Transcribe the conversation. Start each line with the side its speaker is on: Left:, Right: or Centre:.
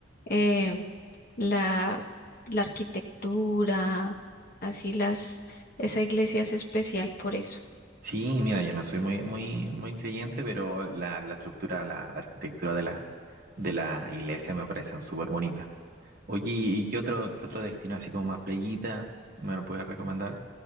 Left: eh, la, la arquitectura, así las, esa iglesia es especial por eso.
Right: Sí, mira, yo no soy muy, muy, muy creyente, pero la, la estructura, la, la arquitectura de la, de la iglesia me parecen súper bonita. Oye, ¿y qué otro, qué otro destino así como más playita me lo puedes recomendar?